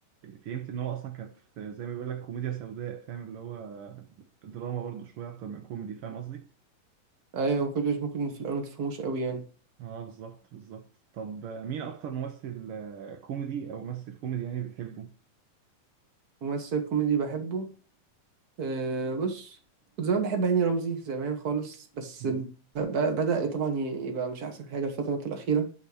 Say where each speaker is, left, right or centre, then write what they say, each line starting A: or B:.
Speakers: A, on the right; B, on the right.
A: فهمت ان هو اصلا كانت زي ما بيقول لك كوميديا سوداء فاهم اللي هو دراما برضو شويه اكتر من كوميدي فاهم قصدي
B: ايوه ما كنتش ممكن في الاول ما تفهموش قوي يعني
A: اه بالظبط بالظبط طب مين اكتر ممثل آه، كوميدي او ممثل كوميدي يعني بتحبه
B: ممثل كوميدي بحبه أه بص كنت زمان بحب هاني رمزي زمان خالص بس
A: مم.
B: ب... ب- بدأ طبعا ي- يبقى مش احسن حاجه الفتره الاخيره